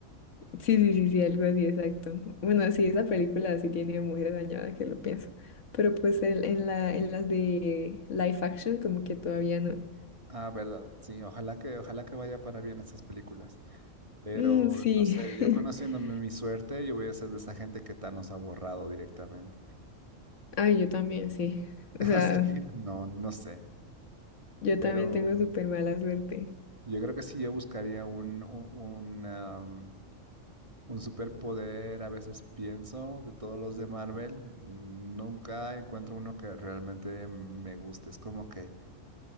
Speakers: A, on the left (about 70°); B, on the right (about 25°).
A: Sí, sí, sí, sí, algo así, exacto. Bueno, sí, esa película sí tiene Mujer Araña, que lo pienso. Pero pues en, en la, en las de live action como que todavía no.
B: Ah, verdad, sí, ojalá que, ojalá que vaya para bien esas películas. Pero,
A: Mm, sí.
B: no sé, yo
A: <laughs>
B: conociéndome mi suerte, yo voy a ser de esa gente que Thanos ha borrado directamente.
A: Ay, yo también, sí.
B: <laughs>
A: O sea,
B: Así que, no, no sé,
A: yo
B: pero...
A: también tengo súper mala suerte.
B: Yo creo que sí, yo buscaría un, un, un, am, un superpoder. A veces pienso de todos los de Marvel. Nunca encuentro uno que realmente me guste. Es como que